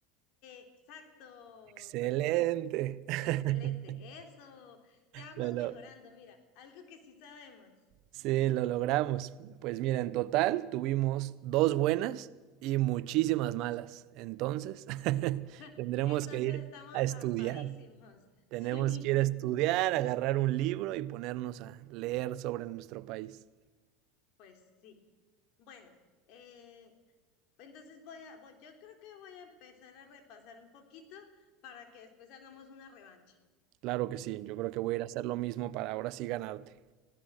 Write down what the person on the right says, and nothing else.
Excelente.
<laughs>
Lo, lo-
Sí, lo logramos. Pues mira, en total tuvimos dos buenas y muchísimas malas. Entonces, <laughs>
tendremos
que ir
a estudiar.
Tenemos
que ir a estudiar, agarrar un libro y ponernos a leer sobre nuestro país.
Claro que sí, yo creo que voy a ir a hacer lo mismo para ahora sí ganarte.